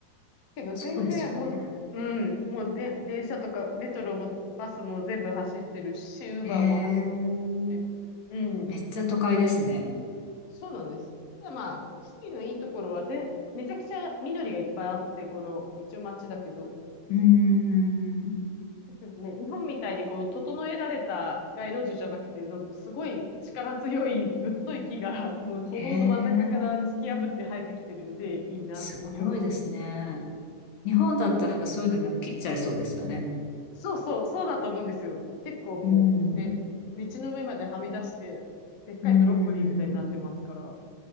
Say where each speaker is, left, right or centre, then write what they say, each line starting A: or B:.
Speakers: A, on the left; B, on the left.
A: <laughs> けど全然もう、
B: そうですよね。
A: うん、もうで、電車とかメトロもバスも全部走ってるし、ウーバーも走っ
B: へえ。
A: て、うん。
B: めっちゃ都会ですね。
A: まあね、そうなんです。ただまあ、シティのいいところは全、めちゃくちゃ緑がいっぱいあって、この、一応街だけど、
B: うーん。
A: ですね、日本みたいにこう、整えられた街路樹じゃなくて、なんかすごい力強いぶっとい木が、<laughs> もう歩道の真ん中から突き破って生えてきてるんで、
B: へえ。
A: いいなって思います。
B: すごいですね。日本だったらそういうのなんか切っちゃいそうですよね。
A: そうそう、そうだと思うんですよ。結構もうね、
B: うん。
A: 道の上まではみ出して、でっかいブロッコリーみたいになってますから。
B: うんうんうん。